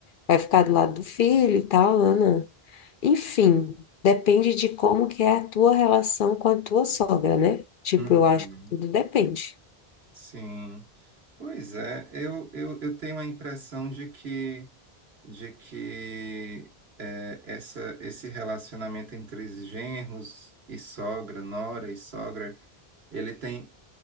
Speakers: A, on the left (about 60°); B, on the right (about 75°).
A: vai ficar do lado do filho e tal, Ana. Enfim, depende de como que é a tua relação com a tua sogra, né? Tipo,
B: Uhum.
A: eu acho que tudo depende.
B: Sim. Pois é, eu, eu, eu tenho a impressão de que, de que é, essa, esse relacionamento entre os genros e sogra, nora e sogra, ele tem,